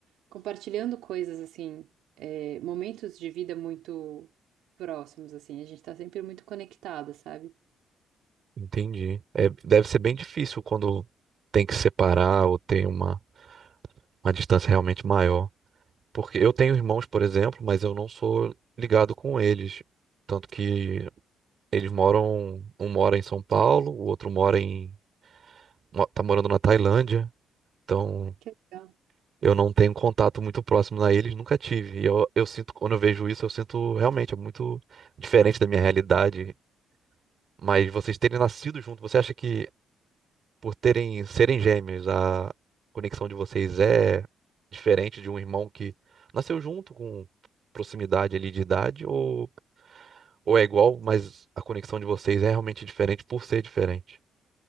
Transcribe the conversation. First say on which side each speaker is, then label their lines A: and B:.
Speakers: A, on the right; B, on the right.
A: compartilhando coisas assim, é, momentos de vida muito próximos, assim, a gente tá sempre muito conectada, sabe?
B: Entendi. É, deve ser bem difícil quando tem que separar ou tem uma, uma distância realmente maior. Porque eu tenho irmãos, por exemplo, mas eu não sou ligado com eles. Tanto que eles moram. Um mora em São Paulo, o outro mora em. mo- Tá morando na Tailândia. Então
A: Que legal.
B: eu não tenho contato muito próximo a eles, nunca tive. E eu, eu sinto, quando eu vejo isso, eu sinto realmente é muito diferente da minha realidade Mas vocês terem nascido junto, você acha que por terem serem gêmeos, a conexão de vocês é diferente de um irmão que nasceu junto com proximidade ali de idade ou, ou é igual, mas a conexão de vocês é realmente diferente por ser diferente?